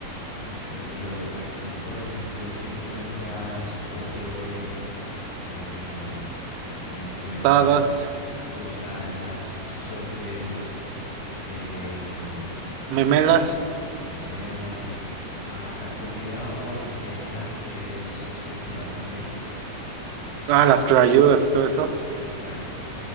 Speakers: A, on the left (about 85°); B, on the right (about 85°).
A: Ok, pero aquí, por ejemplo, si encuentras pozole, eh, encuentras
B: Tostadas,
A: tostadas, sopes, eh,
B: memelas,
A: memelas. A la comida oaxaqueña es, es popular también.
B: ah, las clayudas y todo eso.
A: Exacto.